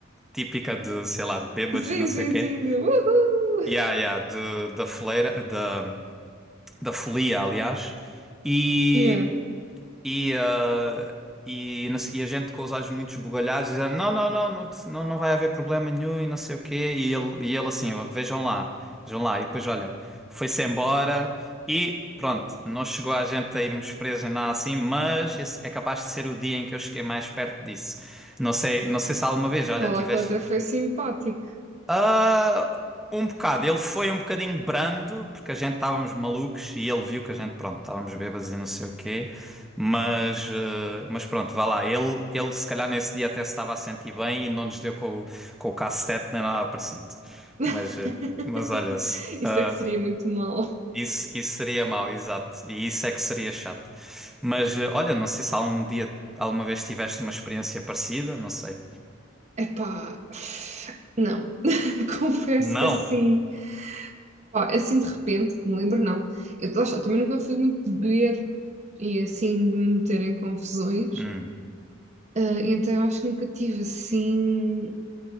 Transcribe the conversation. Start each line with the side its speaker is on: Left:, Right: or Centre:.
Centre: típica de, sei lá, de bêbados
Right: Sim,
Centre: e não sei
Right: sim,
Centre: o quê.
Right: sim. de Uhul!
Centre: Yeah, yeah, de, da foleira, da da folia, aliás, e,
Right: Yeah.
Centre: e, ah, e, não e a gente com os olhos muito esbugalhados dizendo não, não, não, não, te- não, não vai haver problema nenhum e não sei o quê, e ele, e ele assim, vejam lá, vejam lá, e depois olha, foi-se embora e pronto, não chegou a gente a irmos presos nem nada assim, mas esse é capaz de ser o dia em que eu cheguei mais perto disso. Não sei, não sei se alguma vez, olha,
Right: Vá
Centre: tiveste
Right: lá que ela até foi simpática.
Centre: ah, um bocado. Ele foi um bocadinho brando, porque a gente estávamos malucos e ele viu que a gente, pronto, estávamos bêbados e não sei o quê. Mas, ah, mas pronto, vá lá. Ele, ele se calhar nesse dia até se estava a sentir bem e não nos deu com, o- com o cacete nem nada parecido.
Right: <laughs>
Centre: Mas, ah, mas olha-se.
Right: Isso
Centre: ah,
Right: é que seria muito mal.
Centre: isso, isso seria mau, exato. E isso é que seria chato. Mas ah, olha, não sei se algum dia, alguma vez tiveste uma experiência parecida, não sei.
Right: Epá, <sighs> não. <laughs> Confesso
Centre: Não.
Right: que assim, pá, assim de repente, que me lembro, não. Eu, lá está, também nunca fui muito de beber e assim de me meter em confusões.
Centre: Hum.
Right: Ah, então eu acho que nunca tive assim